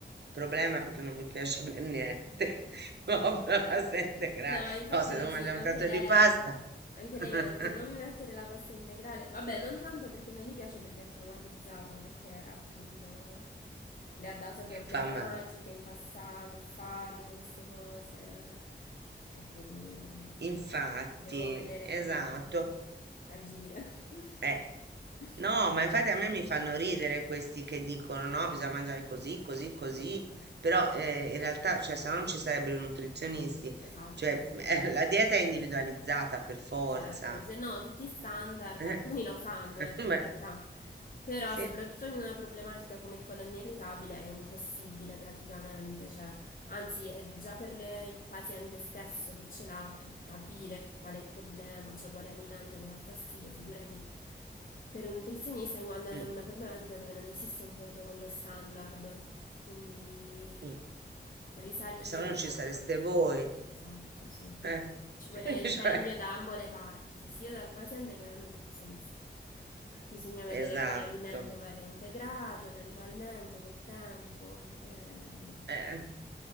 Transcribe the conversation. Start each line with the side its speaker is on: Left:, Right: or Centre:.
Right: problema perché non mi piace per niente. <laughs> No, la pasta integrale.
Left: No, infatti
Right: No, se
Left: oggi
Right: devo mangiare
Left: anche
Right: un piatto
Left: lei,
Right: di pasta
Left: anche
Right: <laughs>
Left: lei mi ha detto non mi mettere la pasta integrale. Vabbè, non tanto perché non gli piace, perché è traumatizzata, perché appunto le ha dato problematiche
Right: fa male.
Left: in passato, il farro, queste cose. E quindi niente,
Right: Infatti,
Left: devo, devo vedere
Right: esatto.
Left: come agire.
Right: Eh.
Left: <laughs>
Right: No, ma infatti a me mi fanno ridere questi che dicono no, bisogna mangiare così, così, così, però eh, in realtà, cioè, se no non ci sarebbero i nutrizionisti,
Left: Esatto,
Right: cioè,
Left: sì,
Right: <laughs> eh, la dieta è individualizzata per forza.
Left: certo. Se no, tutti i standard,
Right: Eh,
Left: alcuni lo fanno,
Right: <laughs>
Left: eh, per
Right: ma-
Left: carità. Però,
Right: sì,
Left: soprattutto in una problematica come il colon irritabile, è impossibile praticamente, cioè, anzi, è già per le- il paziente stesso che ce l'ha eh, capire qual è il problema, cioè quale alimento le dà fastidio, figurati per un nutrizionista, in quanto è
Right: mm,
Left: una problematica dove non esiste un protocollo standard, quindi
Right: mm.
Left: risalire
Right: se no non ci
Left: a...
Right: sareste voi.
Left: Esatto, sì.
Right: eh.
Left: Ci vorrebbe
Right: <laughs>
Left: impegno
Right: Cioè,
Left: da ambo le parti, sia dal paziente che dal nutrizionista. Bisogna vedere
Right: esatto,
Left: quale alimento va reintegrato eventualmente col tempo. Ehm,
Right: eh,